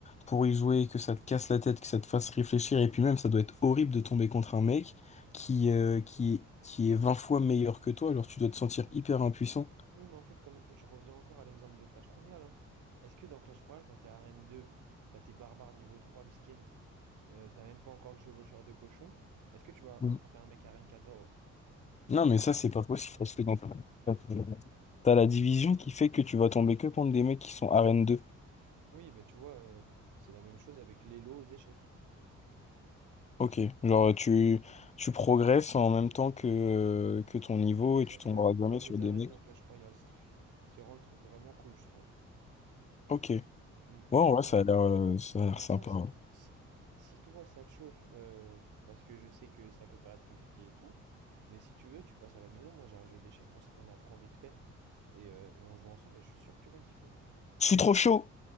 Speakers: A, on the left (about 25°); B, on the right (about 80°).
A: pour y jouer, que ça te casse la tête, que ça te fasse réfléchir, et puis même, ça doit être horrible de tomber contre un mec qui, euh, qui, est- qui est 20 fois meilleur que toi, alors tu dois te sentir hyper impuissant.
B: Oui, mais en fait, comme je reviens encore à l'exemple de Clash Royale, hein. Est-ce que dans Clash Royale, quand t'es arène deux t'as tes barbares niveau 3 miskin, euh, t'as même pas encore le chevaucheur de cochon, est-ce que tu vas
A: Mm.
B: affronter un mec arène quatorze
A: Non, mais ça, c'est pas possible, parce que dans ta- t'as la division qui fait que tu vas tomber que contre des mecs qui sont arène 2.
B: Oui, bah tu vois, euh, c'est la même chose avec les lots aux échecs.
A: Ok, genre, tu, tu progresses en même temps que, euh, que ton niveau,
B: Exactement,
A: et tu tomberas
B: comme
A: jamais sur
B: les
A: des
B: arènes
A: mecs.
B: dans Clash Royale, ce qui, f- ce qui rend le truc vraiment cool, je trouve.
A: Ok.
B: Mm.
A: Ouais,
B: Et
A: ouais,
B: honnêtement,
A: ça a l'air, euh, ça
B: honnêtement,
A: a l'air sympa.
B: si,
A: hein.
B: to- si, si toi ça te chauffe, euh, parce que je sais que ça peut paraître compliqué et tout, mais si tu veux, tu passes à la maison, moi j'ai un jeu d'échecs, on, s- on apprend vite fait, et, euh, et on joue ensemble, et je suis sûr que tu vas kiffer.
A: Je suis trop chaud.